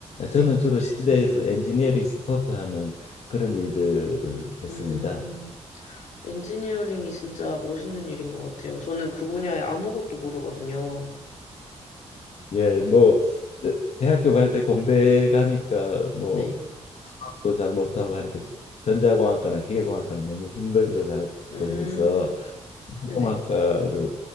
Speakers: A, on the left; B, on the left.
A: 네.
B: 저는 주로 실내에서 엔지니어링 서포트하는 그런 일들을 했습니다.
A: 음, 엔지니어링이 진짜 멋있는 일인 것 같아요. 저는 그 분야에 아무것도 모르거든요.
B: 예,
A: 그래서,
B: 뭐 대학교 갈 때 공대 가니까 뭐
A: 네,
B: 수학도 잘 못하고 하니까 전자공학과나 기계공학과는 너무 힘든 것 같고
A: 음,
B: 해서
A: 네네,
B: 공학과를